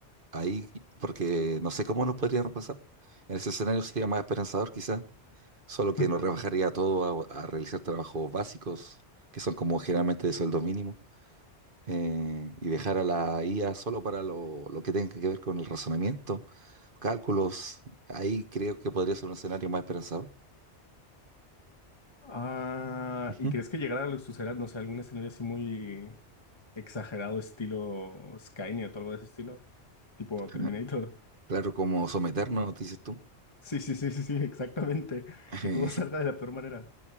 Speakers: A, on the right; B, on the left.
A: ahí, porque no sé cómo nos podrían reemplazar. En ese escenario sería más esperanzador quizás solo que
B: <laughs>
A: nos rebajaría todo a, a realizar trabajos básicos, que son como generalmente de sueldo mínimo, eh, y dejar a la IA solo para lo, lo que tenga que ver con el razonamiento, cálculos. Ahí creo que podría ser un escenario más esperanzador.
B: Ah,
A: Ujú.
B: ¿y crees que llegara a lo que sucederá, no sé, algún escenario así muy exagerado, estilo Skynet o algo de ese estilo? Tipo Terminator.
A: Ajá.
B: <laughs>
A: Claro, como someternos, dices tú.
B: Sí, sí, sí, sí, sí, exactamente.
A: <laughs>
B: Que todo salga de la peor manera.